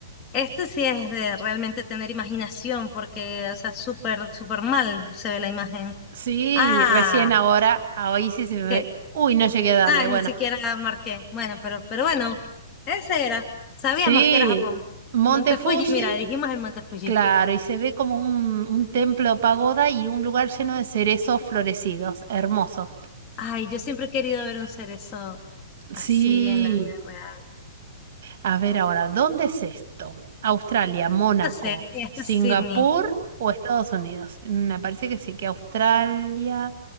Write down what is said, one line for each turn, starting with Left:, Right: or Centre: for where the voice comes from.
Left: este sí es de realmente tener imaginación, porque, o sea, súper, súper mal se ve la imagen.
Right: Sí,
Left: Ah,
Right: recién ahora, hoy sí se me...
Left: que,
Right: Uy, no llegué a darle.
Left: ah,
Right: Bueno.
Left: ni siquiera marqué. Bueno, pero, pero bueno, ese era. Sabíamos
Right: Sí,
Left: que era Japón.
Right: Monte
Left: El Monte
Right: Fuji,
Left: Fuji, mira, dijimos el Monte Fuji.
Right: claro, y se ve como un, un templo pagoda y un lugar lleno de cerezos florecidos, hermoso.
Left: Ay, yo siempre he querido ver un cerezo. así
Right: Sí,
Left: en la vida real.
Right: a ver ahora, ¿dónde es esto? ¿Australia, Mónaco,
Left: Yo sé, sí, esto
Right: Singapur
Left: es Sydney.
Right: o Estados Unidos? Me parece que sí, que Australia,